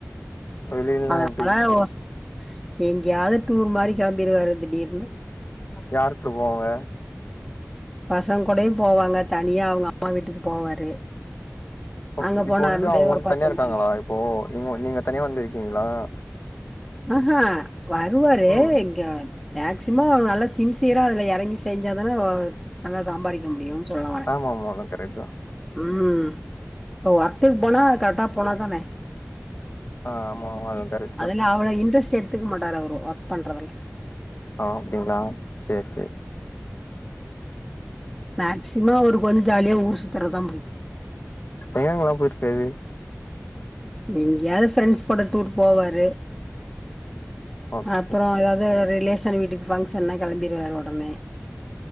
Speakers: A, on the left; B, in the centre.
A: வெளிலல்லா
B: அதனா
A: எப்டி
B: அதனால ஓ எங்கேயாவது டூர் மாரி கிளம்பிருவாரூ திடீர்னு
A: யார்க்கூட போவாங்க
B: பசங்க கூடயூ போவாங்க தனியா அவங்க அம்மா வீட்டுக்கு போவாரு
A: ஓக்
B: அங்க
A: இப்ப
B: போனாருனா
A: வந்து அவுங்க
B: ஒரே ஒரு
A: வந்து
B: பத்து
A: தனியா இருக்காங்களா
B: நாள்
A: இப்போ நீங்க நீங்க தனியா வந்துருக்கீங்களா
B: அ ஹாங் வருவாரு
A: ம்
B: இங்க மேக்சிமம் அவரு நல்லா சின்சியரா அதுல எறங்கி செஞ்சா தானே நல்லா சம்பாதிக்க முடியும்னு சொல்லவரே
A: ஆமா அது கரெக்ட் தா
B: ம் இப்ப ஒர்க்குக்கு போனா கரெக்டா போனாதானே
A: ஆ ஆமா ஆமா அதுவு கரெக்ட் தா
B: அதுல அவ்ளவ் இன்ட்ரெஸ்ட் எடுத்துக்க மாட்டாரு அவரு ஒர்க் பண்றதுல
A: ஆ அப்டிங்களா சேர் செரி
B: மேக்சிம அவருக்கு வந்து ஜாலியா ஊர் சுத்துறதுதா புடிக்கும்
A: எங்கெங்கல்லா போயிருக்காரு
B: ஏதா ஃப்ரெண்ட்ஸ் கூட டூர் போவாரு
A: ஓகே
B: அப்புறோ ஏதாவது ரிலேஸ் தனி வீட்டுக் பங்க்ஷனா கிளம்பிடுவாரு உடனே